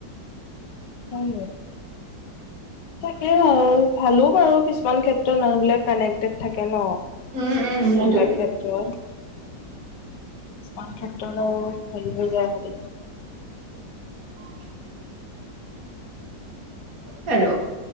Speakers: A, on the left; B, on the right.
A: কোন তাকে আও। ভালো বাৰু কিছুমান ক্ষেত্ৰত মানুহবিলাক কানেক্টেড থাকে ন,
B: উম, উম, সেইটোৱে
A: এইবিলাক কিছুমান ক্ষেত্ৰত আও হেৰি হৈ যায় খালি।
B: <inaudible> হেৰৌ।